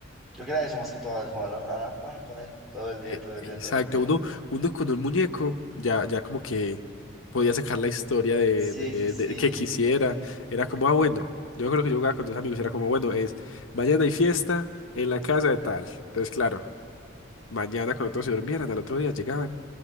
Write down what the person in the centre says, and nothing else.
Yo creo que era eso más que todo, jugar a la, a la paja con él todo el día,
todo
el día, todo el día.
Sí,
sí, sí.